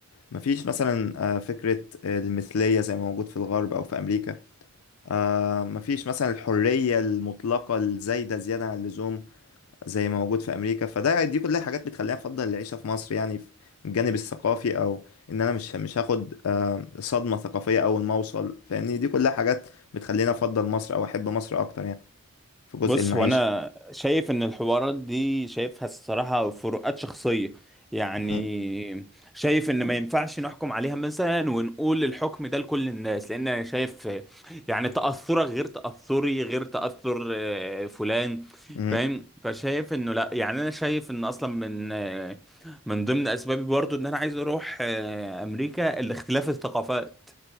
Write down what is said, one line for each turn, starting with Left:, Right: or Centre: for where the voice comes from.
Left: مفيش مثلا آه فكرة المثلية زي ما موجود في الغرب او في امريكا آه مفيش مثلا الحرية المطلقة الزايدة زيادة عن اللزوم زي ما موجود في أمريكا فده دي كلها حاجات بتخليني أفضل العيشة في مصر يعني في الجانب الثقافي أو إن أنا مش مش هاخد آه صدمة ثقافية أول ما أوصل فاهمني دي كلها حاجات بتخليني أفضل مصر أو أحب مصر أكتر يعني في جزء
Centre: بص
Left: المعيشة
Centre: هو انا شايف ان الحوارات دي شايفها الصراحه فروقات شخصيه يعني
Left: م-
Centre: شايف ان ما ينفعش نحكم عليها مثلا ونقول الحكم ده لكل الناس لان انا شايف آه، يعني تاثرك غير تاثري غير تاثر آه، فلان
Left: م-
Centre: فاهم فشايف انه لا يعني انا شايف ان اصلا من آه، من ضمن اسبابي برضو ان انا عايز اروح آه، امريكا الاختلاف الثقافات